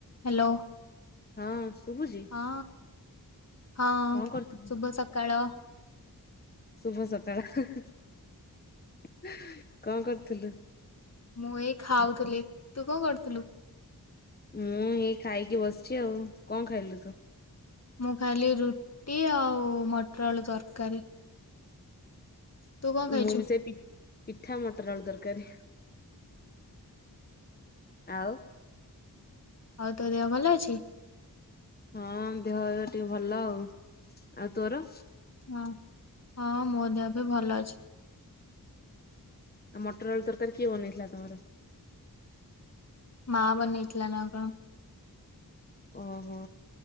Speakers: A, on the left; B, on the left.
A: Hello
B: ହଁ ଶୁଭୁଛି
A: ହଁ। ହଁ
B: କଣ କରୁଥିଲୁ?
A: ଶୁଭ ସକାଳ।
B: ଶୁଭ ସକାଳ କଣ କରିୁଥିଲୁ।
A: ମୁଁ ଏଇ ଖାଉଥିଲି ତୁ କଣ କରୁଥିଲୁ।
B: ମୁଁ ଏଇ ଖାଇକି ବସିଛି ଆଉ କଣ ଖାଇଲୁ ତୁ?
A: ମୁଁ ଖାଇଲି ରୁଟି ଆଉ ମଟର ଆଳୁ ତରକାରୀ। ତୁ କଣ ଖାଇଛୁ
B: ମୁଁ ବି ସେଇ ପିଠା ମଟର ଆଳୁ ତରକାରୀ। ଆଉ
A: ଆଉ ତୋ ଦେହ ଭଲ ଅଛି।
B: ହଁ ଦେହ ଏବେ ଟିକେ ଭଲ ଆଉ ଆଉ ତୋର
A: ହଁ ହଁ ମୋ ଦେହ ବି ଭଲ ଅଛି।
B: ଆଉ ମଟର ଆଳୁ ତରକାରୀ କିଏ ବନେଇଥିଲା ତମର?
A: ମା ବନେଇଥିଲା ନା କଣ।
B: ଓ ହୋ